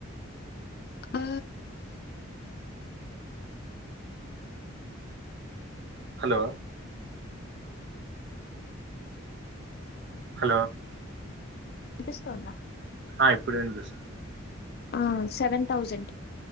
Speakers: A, on the left; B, on the right.
A: ఆ
B: హలో హలో
A: వినిపిస్తుతోందా
B: ఆ ఇప్పుడు వినిపిస్
A: ఆ సెవెన్ తౌసండ్